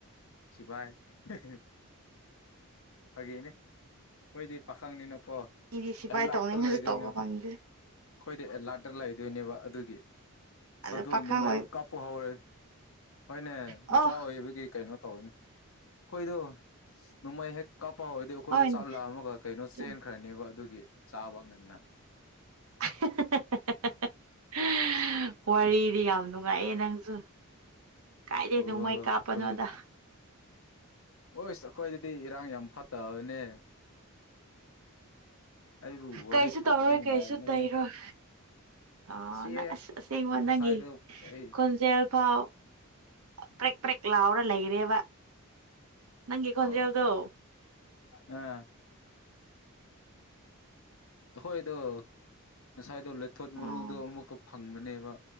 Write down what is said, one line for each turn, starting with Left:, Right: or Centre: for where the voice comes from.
Left: ꯁꯤꯕꯥꯏ <unintelligible> ꯐꯥꯒꯤꯅꯤ ꯈꯣꯏꯗꯤ ꯄꯥꯈꯪꯅꯤꯅꯀꯣ
Right: ꯏꯗꯤ ꯁꯤꯐꯥꯏ
Left: ꯑꯦꯂꯥꯔꯠꯇ
Right: ꯇꯧꯅꯤꯡꯉꯁꯨ
Left: ꯂꯩꯗꯣꯏꯅꯦ
Right: ꯇꯧꯕ
Left: ꯑꯩꯈꯣꯏꯗꯤ
Right: ꯐꯪꯗꯦ
Left: ꯑꯦꯂꯥꯔꯠꯇ ꯂꯩꯗꯣꯏꯅꯦꯕ ꯑꯗꯨꯒꯤ
Right: ꯑꯗ
Left: ꯑꯗꯨ
Right: ꯄꯥꯈꯪ
Left: ꯅꯣꯡꯃꯩꯕꯨ
Right: ꯑꯣꯏ
Left: ꯀꯥꯞꯄꯨ ꯍꯧꯔꯦ ꯍꯣꯏꯅꯦ
Right: ꯑ
Left: ꯅꯨꯄꯥ ꯑꯣꯏꯕꯒꯤ ꯀꯩꯅꯣ ꯇꯧꯅꯤ ꯑꯈꯣꯏꯗꯣ ꯅꯣꯡꯃꯩ ꯍꯦꯛ ꯀꯥꯞꯄ ꯍꯧꯔꯗꯤ ꯑꯈꯣꯏꯗꯣ
Right: ꯍꯣꯏꯅꯦ
Left: ꯆꯥꯛ ꯂꯥꯝꯂꯒ ꯀꯩꯅꯣ
Right: ꯆꯨꯝ
Left: ꯆꯦꯟꯈ꯭ꯔꯅꯦꯕ ꯑꯗꯨꯒꯤ ꯆꯥꯕ ꯉꯟꯅ
Right: <unintelligible> <unintelligible> ꯋꯥꯔꯤꯗꯤ ꯌꯥꯝ ꯅꯨꯡꯉꯥꯏꯌꯦ ꯅꯪꯁꯨ ꯀꯥꯏꯗꯩꯩ
Left: ꯑꯣ
Right: ꯅꯣꯡꯃꯩ
Left: ꯑꯩꯈꯣꯏ
Right: ꯀꯥꯞꯄꯅꯣꯗ
Left: <unintelligible> ꯑꯈꯣꯏꯗꯤ ꯏꯔꯥꯡ ꯌꯥꯝ ꯐꯠꯇꯕꯅꯦ ꯑꯩꯕꯨ ꯋꯥꯔꯤ
Right: ꯀꯩꯁꯨ
Left: ꯁꯥꯕꯗꯤ
Right: ꯇꯧꯔꯣꯏ
Left: ꯅꯨꯡꯉꯥꯏꯕꯅꯦꯍꯦ
Right: ꯀꯩꯁꯨ ꯇꯩꯔꯣꯏ ꯑ
Left: ꯁꯤ
Right: ꯑꯁꯦꯡꯕ
Left: ꯉꯁꯥꯏꯗꯣ
Right: ꯅꯪꯒꯤ
Left: ꯑꯩ
Right: ꯈꯨꯟ ꯖꯦꯜ ꯐꯥꯎ ꯄ꯭ꯔꯦꯛ ꯄ꯭ꯔꯦꯛ ꯂꯥꯎꯔ ꯂꯩꯔꯦꯕ ꯅꯪꯒꯤ ꯈꯣꯟꯖꯦꯜꯗꯣ
Left: ꯑ ꯑꯥ ꯑꯈꯣꯏꯗꯣ ꯉꯁꯥꯏꯗꯣ ꯂꯩꯊꯣꯠ ꯃꯔꯨꯗꯣ
Right: ꯑꯣ
Left: ꯑꯃꯨꯛꯀ ꯐꯪꯕꯅꯦꯕ